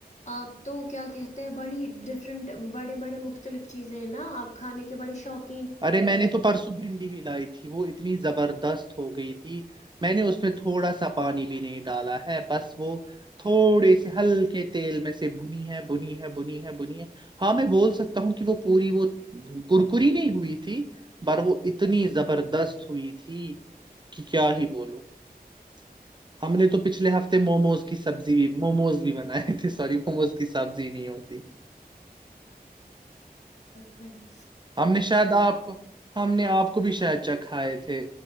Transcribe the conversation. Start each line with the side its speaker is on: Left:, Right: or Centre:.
Left: آپ تو کیا کہتے ہیں بڑی ڈفرنٹ بڑے بڑے مختلف چیزیں ہیں نا آپ کھانے کے بڑے شوق
Right: ارے میں نے تو پرسوں بھی بھی لائی تھی وہ اتنی زبردست ہو گئی تھی میں نے اس میں تھوڑا سا پانی بھی نہیں ڈالا ہے بس وہ تھوڑی سی ہلکی کے تیل میں سے بنی ہے بنی ہے بنی ہے بنی ہے ہاں میں بول سکتا ہوں کہ وہ پوری وہ گڑکریی نہیں ہوئی تھی پر وہ اتنی زبر بردست ہوئی تھی کہ کیا ہی بولو <unintelligible> ہم نے تو پچھلے ہفتے موموز کی سبزی بھی موموز بھی بنائے <unintelligible> سی مموز کی سبزی نہیں ہوتی <unintelligible>
Left: چ <unintelligible>
Right: ہم نے شاید آپ کو ہم نے آپ کو بھی شاید چکھائے تھے